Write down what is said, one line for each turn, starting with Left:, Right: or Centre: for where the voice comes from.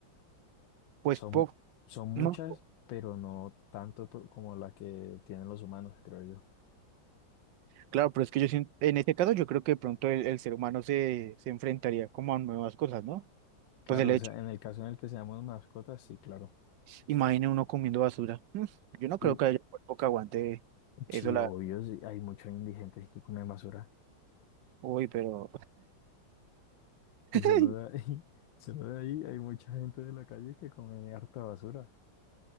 Right: Pues
Left: Son,
Right: poco.
Left: son muchas,
Right: No.
Left: pero no tanto po- como la que tienen los humanos, creo yo.
Right: Claro, pero es que yo siento, en este caso yo creo que de pronto el, el ser humano se, se enfrentaría como a nuevas cosas, ¿no?
Left: Claro,
Right: Pues el hecho,
Left: o sea, en el caso en el que seamos mascotas, sí, claro.
Right: imagine uno comiendo basura. Mm, Yo no creo
Left: Uh,
Right: que haya cuerpo que aguante eso
Left: sí,
Right: la...
Left: obvio, sí, hay muchos indigentes que comen basura.
Right: Uy, pero...
Left: Y
Right: <laughs>
Left: solo de ahí, <laughs> solo de ahí hay mucha gente de la calle que come harta basura.